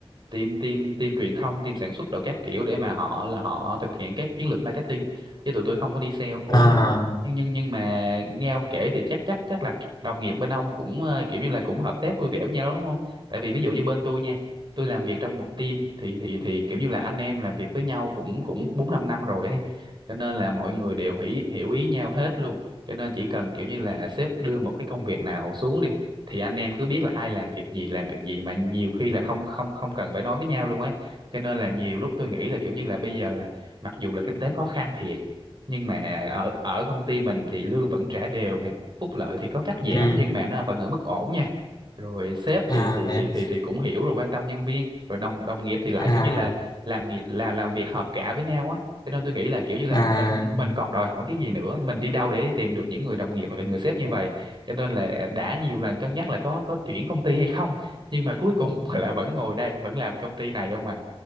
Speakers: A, on the right; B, on the left.
A: team team team truyền thông team sản xuất đồ các kiểu để mà họ là họ thực hiện các chiến lược marketing chứ tụi tôi không có đi sale ủa
B: à
A: nhưng nhưng nhưng nhưng mà nghe ông kể thì chắc chắc chắc là đồng nghiệp bên ông cũng ờ, kiểu như là cũng hợp tác vui vẻ với nhau đó đúng không tại vì ví dụ như bên tôi nha tôi làm việc trong một team thì thì thì kiểu như là anh em làm việc với nhau cũng cũng bốn năm năm rồi ấy cho nên là mọi người đều hiểu hiểu ý nhau hết luôn cho nên chỉ cần kiểu như là sếp đưa một cái công việc nào xuống đi thì anh em cứ biết là ai làm việc gì làm việc gì mà nhiều khi là không không không cần phải nói với nhau luôn ấy cho nên là nhiều lúc tôi nghĩ là kiểu như là bây giờ là mặc dù là kinh tế khó khăn thiệt nhưng mà ở ở công ty mình thì lương vẫn trả đều này phúc lợi thì có cắt giảm
B: ừ.
A: nhưng mà nó vẫn ở mức ổn nha rồi sếp
B: à
A: thì thì
B: vậy
A: thì thì thì cũng hiểu rồi quan tâm nhân viên rồi đồng đồng nghiệp thì lại
B: à
A: kiểu như là làm nghiệp là làm việc hợp cả với nhau á cho nên tôi nghĩ là kiểu như là
B: à
A: mình mình còn đòi hỏi cái gì nữa mình đi đâu để tìm được những người đồng nghiệp hoặc là người sếp như vậy cho nên là đã nhiều lần cân nhắc là có có chuyển công ty hay không nhưng mà cuối cùng <laughs> là vẫn ngồi đây vẫn làm công ty này không à